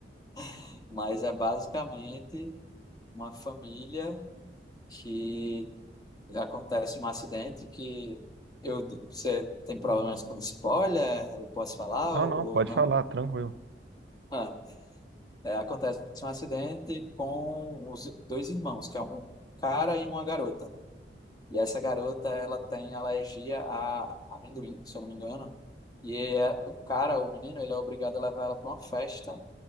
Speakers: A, on the left; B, on the right.
A: <laughs> mas é basicamente uma família que acontece um acidente que eu, você tem problemas com spoiler? Eu posso falar
B: Não,
A: ou
B: não, pode
A: ou não?
B: falar, tranquilo.
A: Ah, é, acontece um acidente com os dois irmãos, que é um cara e uma garota. E essa garota, ela tem alergia a amendoim, se eu não me engano. E é- o cara, o menino, ele é obrigado a levar ela para uma festa